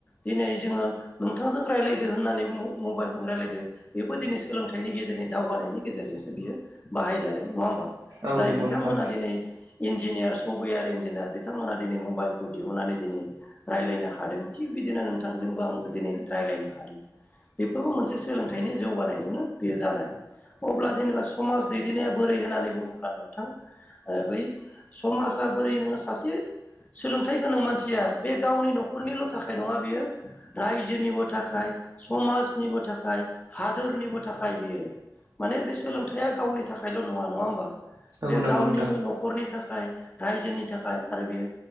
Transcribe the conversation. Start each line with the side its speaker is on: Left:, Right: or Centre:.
Left: दिनै जोङो नोंथांजों रायज्लायदो होननानै। मबाइलजों रायज्लायदो बेबो दिनै सोलोंथाइनि गेजेरनि दावगानायनि गेजेरजोंसो बियो बाहायजादों नङा होमबा।
Right: औ
Left: जाय
Right: नंगौ
Left: बिथांमोना
Right: नोंथां
Left: दिनै इन्जिनियार सफवयार इन्जिनियार बिथांमोना दिनै मबाइ। मबाइलखौ दिहुननानै दिनै रायज्लायनो हादों थिग बिदिनो नोंथांजोंबो आंबो दिनै रायज्लायनो हादों। बेफोरबो मोनसे सोलोंथाइनि जौगानायजोंनो बेयो जानाय। अब्ला जेनेबा समाज दैदेननाया बोरै होननानै बुङोब्ला नोंथां ओ बै समाजा। बोरै नो सासे सोलोंथाय गोनां मानसिया बे गावनि नख'रनिल'। थाखाय नङा बियो रायजोनिबो थाखाय समाजनिबो थाखाय हादोरनिबो थाखाय। थाखाय बियो माने बे सोलोंथाइया गावनि थाखायल' नङा नङा होमबा।
Right: औ
Left: बे
Right: नंगौ
Left: गावनिबो
Right: नोंथां
Left: न'खरनि थाखाय रायजोनि थाखाय आरो बेयो।